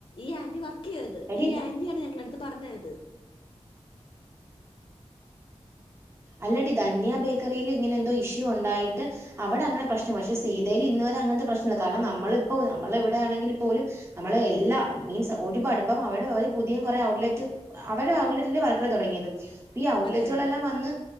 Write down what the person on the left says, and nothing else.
ഈ ആന്റി വർ ക്കിയത്
ഈ
ആന്റിയാണ് ഞങ്ങളുടെ എടുത്തു പറഞ്ഞത്
അതെ അതെ